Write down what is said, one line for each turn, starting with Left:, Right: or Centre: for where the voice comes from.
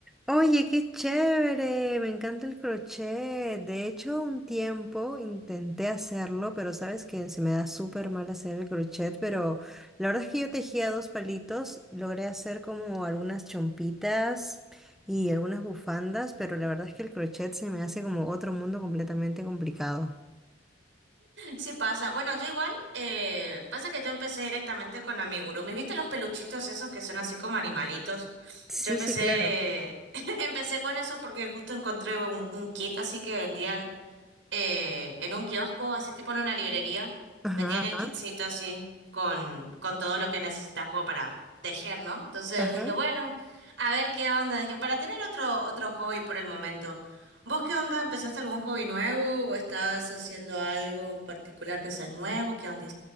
Centre: oye, qué chévere, me encanta el crochet. De hecho, un tiempo intenté hacerlo, pero sabes que se me da súper mal hacer el crochet, pero la verdad es que yo tejía dos palitos, logré hacer como algunas chompitas y algunas bufandas, pero la verdad es que el crochet se me hace como otro mundo completamente complicado.
Right: Sí pasa. Bueno, yo igual, eh, pasa que yo empecé directamente con amigurumis. ¿Viste los peluchitos esos que son así como animalitos?
Centre: Sí,
Right: Yo empecé,
Centre: sí, claro.
Right: <laughs> empecé con eso porque justo encontré un, un kit así que vendían. eh, en un kiosco, así tipo en una librería,
Centre: Ajá,
Right: vendían el
Centre: ajá.
Right: kitcito así con, con todo lo que necesitas como para tejer, ¿no? Entonces
Centre: Ajá.
Right: dije, bueno, a ver qué onda. Dije, para tener otro, otro hobby por el momento. ¿Vos qué onda? ¿Empezaste algún hobby nuevo o estás haciendo algo en particular que sea nuevo? ¿Qué onda?